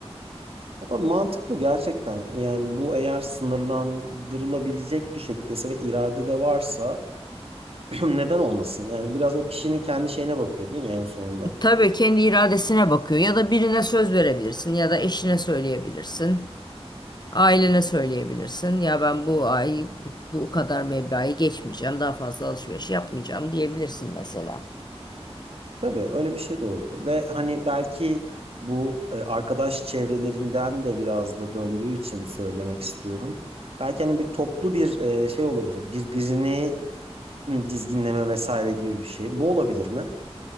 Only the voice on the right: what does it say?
O mantıklı gerçekten. Yani bu eğer sınırlandırılabilecek bir şekildeyse ve irade de varsa <clears throat> neden olmasın? Yani biraz o kişinin kendi şeyine bakıyor değil mi en sonunda?
Tabii öyle bir şey de olabilir. Ve hani belki bu e, arkadaş çevrelerinden de biraz da döndüğü için söylemek istiyorum. Belki hani bir toplu bir e, şey olabilir. Birbirini dizginleme vesaire gibi bir şey. Bu olabilir mi?